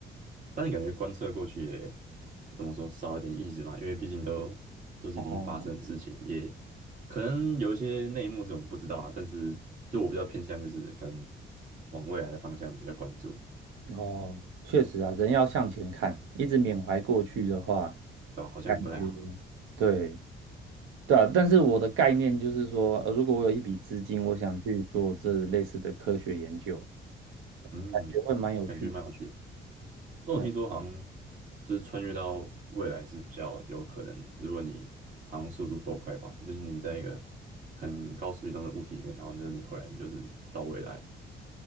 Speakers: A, on the right; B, on the right.
A: 但你感觉观测过去也怎么说少了点意思嘛？因为毕竟都都是已经发生的事情，
B: 哦。
A: 也可能有一些内幕是我们不知道啊。但是就我比较偏向就是可能往未来的方向比较关注，
B: 哦，确实啊，人要向前看，一直缅怀过去的话，
A: 对吧？好像不太好，
B: 感觉对对啊。但是我的概念就是说，呃，如果我有一笔资金，我想去做这类似的科学研究，
A: 嗯，
B: 感觉会蛮有趣的。
A: 感觉蛮有趣的。那我听说好像
B: 嗯，
A: 就是穿越到未来是比较有可能的，如果你好像速度够快吧，就是你在一个很高速移动的物体里面，然后呢你回来你就是到未来，